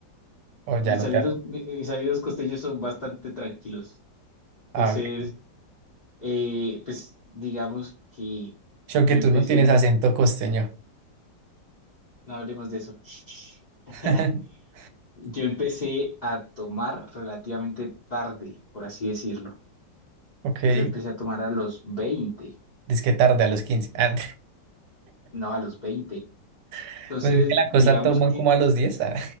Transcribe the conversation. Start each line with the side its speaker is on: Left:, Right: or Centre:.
Right: o ya
Left: Mis
Right: no
Left: amigos,
Right: te hablan?
Left: mi- mis amigos costeños son bastante tranquilos.
Right: Ah,
Left: Entonces,
Right: ok.
Left: eh, pues digamos que
Right: Sí, Aunque
Left: yo
Right: tú
Left: empecé
Right: no tienes
Left: en
Right: acento
Left: es-
Right: costeño.
Left: no hablemos de eso. Shh. <laughs>
Right: <laughs>
Left: Yo empecé a tomar relativamente tarde, por así decirlo.
Right: Ok.
Left: Yo empecé a tomar a los veinte
Right: Dice que tarde a los quince Ah,
Left: No, a los 20.
Right: <laughs>
Left: Entonces,
Right: pues es que la
Left: digamos
Right: cosa toman
Left: que
Right: como a los diez ah.